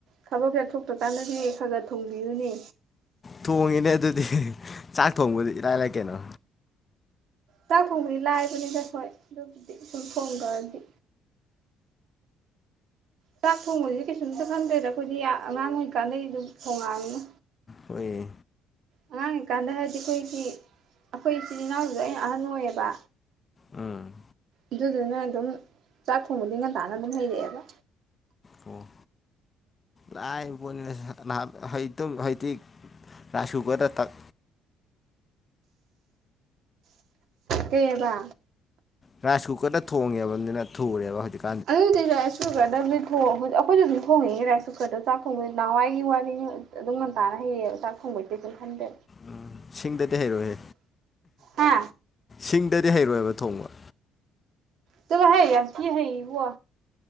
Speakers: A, on the right; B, on the left.
A: ꯊꯕꯛ ꯆꯠ ꯊꯣꯛꯇꯔ ꯀꯥꯟꯗꯗꯤ ꯈꯔ ꯈꯔ ꯊꯣꯡꯕꯤꯌꯨꯅꯦ
B: ꯊꯣꯡꯉꯤꯅꯦ ꯑꯗꯨꯗꯤ ꯆꯥꯛ ꯊꯣꯡꯕꯗꯤ ꯏꯂꯥꯏ ꯂꯥꯏ ꯀꯩꯅꯣ
A: ꯆꯥꯛ ꯊꯣꯡꯕꯗꯤ ꯂꯥꯏꯕꯅꯤꯗ ꯍꯣꯏ ꯑꯗꯨꯕꯨꯗꯤ ꯁꯨꯝ ꯊꯣꯡꯒ꯭ꯔꯗꯤ ꯆꯥꯛ ꯊꯣꯡꯕꯁꯤꯗꯤ ꯀꯩꯁꯨꯝꯇ ꯈꯟꯗ꯭ꯔꯦꯗ ꯑꯩꯈꯣꯏꯗꯤ ꯑꯉꯥꯡ ꯑꯣꯏꯀꯥꯟꯗꯩ ꯑꯗꯨꯝ ꯊꯣꯡꯉꯛꯑꯝꯅꯤꯅ
B: ꯍꯣꯏꯍꯦ
A: ꯑꯉꯥꯡ ꯑꯣꯏꯀꯥꯟꯗ ꯍꯥꯏꯔꯗꯤ ꯑꯩꯈꯣꯏꯒꯤ ꯑꯩꯈꯣꯏ ꯏꯆꯤꯜ ꯏꯅꯥꯎꯗꯁꯨ ꯑꯩꯅ ꯑꯍꯟ ꯑꯣꯏꯌꯦꯕ
B: ꯎꯝ
A: ꯑꯗꯨꯗꯨꯅ ꯑꯗꯨꯝ ꯆꯥꯛ ꯊꯣꯡꯕꯗꯤ ꯉꯟꯇꯥꯅ ꯑꯗꯨꯝ ꯍꯩꯔꯛꯑꯦꯕ
B: ꯑꯣ ꯂꯥꯏꯕ ꯄꯣꯠꯅꯤꯗ <unintelligible> ꯔꯥꯏꯁ ꯀꯨꯀꯔꯗ ꯇꯛ
A: ꯀꯩ ꯑꯕ
B: ꯔꯥꯏꯁ ꯀꯨꯀꯔꯗ ꯊꯣꯡꯉꯦꯕꯅꯤꯅ ꯊꯨꯔꯦꯕ ꯍꯧꯖꯤꯛ
A: ꯑꯗꯨꯗꯤ ꯔꯥꯏꯁ ꯀꯨꯀꯔꯗ ꯑꯗꯨ ꯑꯩꯈꯣꯏꯁꯨ ꯑꯗꯨꯝ ꯊꯣꯡꯉꯛꯏꯦ ꯔꯥꯏꯁ ꯀꯨꯀꯔꯗ ꯆꯥꯛ ꯊꯣꯡꯕꯗ ꯅꯍꯥꯟꯋꯥꯏꯒꯤ ꯋꯥꯔꯤ ꯑꯗꯨꯝ ꯉꯟꯇꯥꯅ ꯍꯩꯌꯦ ꯆꯥꯛ ꯊꯣꯡꯕꯩ ꯀꯩꯁꯨꯝ ꯈꯟꯗꯦ
B: ꯎꯝ ꯁꯤꯡꯗꯗꯤ ꯍꯩꯔꯣꯏꯍꯦ
A: ꯍꯥ
B: ꯁꯤꯡꯗꯗꯤ ꯍꯩꯔꯣꯏꯑꯕ ꯊꯣꯡꯕ
A: ꯆꯂꯣꯍꯦ ꯌꯥꯝ ꯊꯤ ꯍꯩꯑꯦꯕꯣ